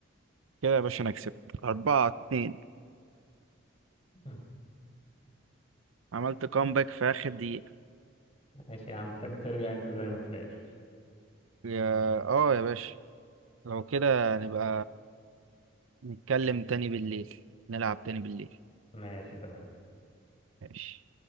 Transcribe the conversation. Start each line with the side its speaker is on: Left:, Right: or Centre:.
Right: كده يا باشا أنا كسبت أربعة اتنين
Left: <laughs>
Right: عملت كومباك في آخر دقيقة
Left: ماشي يا عم بتحب ترجع أنت دايما في الآخر
Right: يا اه يا باشا لو كده نبقى نتكلم تاني بالليل نلعب تاني بالليل
Left: ماشي تمام
Right: ماشي